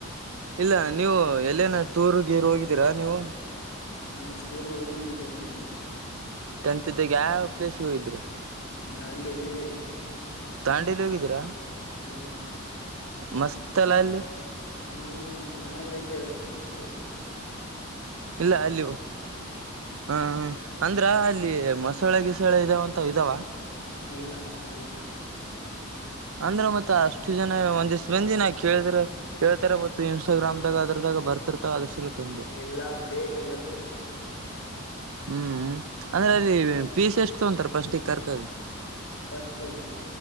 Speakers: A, on the right; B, on the left.
A: ಇಲ್ಲ ನೀವು ಎಲ್ಲೇನ ಟೂರ್ ಗೀರು ಹೋಗಿದ್ದೀರಾ ನೀವು.
B: ನಾವು ಸ್ಟುರು ಹೋಗಿದ್ದೀವಿ ಟೆಂತ್ ಇದ್ದಾಗ.
A: ಟಿಂತ್ ಇದ್ದಾಗ ಯಾವೆವ್ ಪ್ಲೇಸ್ಗೆ ಹೋಗಿದಿರ.
B: ದಾಂಡೆಲ್ಲಿ
A: ತಾಂಡೇಲಿ ಹೋಗಿದ್ದೀರಾ.
B: ಹ್ಮ್
A: ಮಸ್ತ್ ಅಲ ಅಲ್ಲಿ.
B: ಹ್ಮ್ ಚೆನ್ನಾಗಿರುತ್ತೆ ವೆ
A: ಇಲ್ಲ ಅಲ್ಲು ಆ ಅಂದ್ರ ಅಲ್ಲಿ ಮಸಳೆ ಗಿಸಳೆ ಇದಾವಂತ ಇದಾವ.
B: ಇಲ್ಲ ಮಸಳೆ ಇಲ್ಲ.
A: ಅಂದ್ರ ಮತ್ ಅಷ್ಟು ಜನ ಒಂದ್ ದಿಸ್ ಮಂದಿ ನಾ ಕೇಳಿದ್ರಿ. ಕೇಳ್ತಾರೆ ಗತ್ತು ಇನ್ಸ್ಟಾಗ್ರಾಮ್ದಾಗ ಅದ್ರ ದಾಗ ಬರ್ತ ಬರ್ತಿರ್ತವ ಅದ್ರು ಸಲುಕಾಗಿ.
B: ಇಲ್ಲ ಫೇಕ್ ಇಲ್ಲ ಫೇಕು.
A: ಹ್ಮ್ ಅಂದ್ರೆ ಅಲ್ಲಿ
B: ಹ್ಮ್
A: ಪೀಸ್ ಎಷ್ಟ ತಗೊಂತರೆ ಫಸ್ಟಿಗ್ ಕರ್ಕೊಂಡ್.
B: ಫಸ್ಟ್ ಪೀಸಾ.